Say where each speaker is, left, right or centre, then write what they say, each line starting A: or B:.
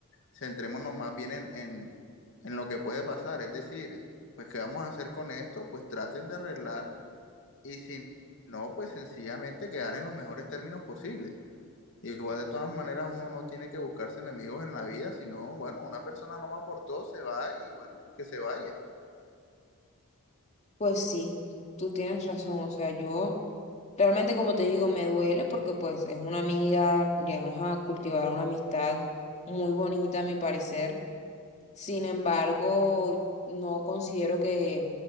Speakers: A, on the left; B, on the left.
A: centrémonos más bien en, en, en lo que puede pasar. Es decir, pues qué vamos a hacer con esto, pues traten de arreglar y si no, pues sencillamente quedar en los mejores términos posibles. Igual de todas maneras uno no tiene que buscarse enemigos en la vida, sino, bueno, una persona no me aportó, se va y bueno, que se vaya.
B: Pues sí, tú tienes razón, o sea, yo... Realmente, como te digo, me duele porque pues es una amiga, llegamos a cultivar una amistad muy bonita, a mi parecer. Sin embargo, no considero que,